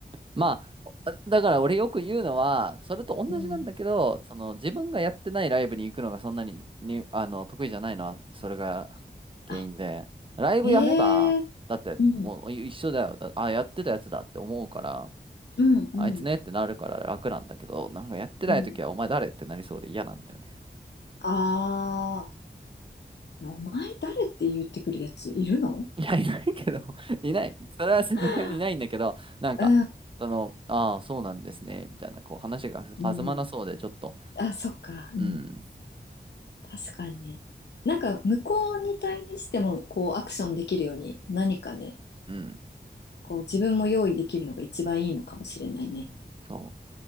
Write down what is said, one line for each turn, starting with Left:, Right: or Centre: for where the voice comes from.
Right: まあ、だから俺よく言うのは、それと同じなんだけど、
Left: うん。
Right: その自分がやってないライブに行くのがそんなに、に、あの、得意じゃないのは、それが原因で、
Left: あ、
Right: ライブやれば、
Left: ええ
Right: だってもう一緒だよ。
Left: うん、
Right: だあ、やってたやつだって思うから、
Left: うん、
Right: あいつねってなるから楽なんだけど、
Left: うん、
Right: なんかやってない時はお前誰ってなりそうで嫌なんだよね。
Left: うん。あー、いやお前誰って言ってくるやついるの
Right: いや、いないけど、<laughs> いない。それはさすがにいないんだけど、
Left: <laughs>
Right: なんか、
Left: う
Right: その、ああ、そうなんですね、みたいな、こう話が弾まなそうで、
Left: ん。うん。
Right: ちょっと、
Left: あ、そっか。うん。
Right: うん、
Left: 確かにね。なんか向こうに対してもこうアクションできるように何かね、
Right: うん、
Left: こう自分も用意できるのが一番いいのかもしれないね。
Right: そ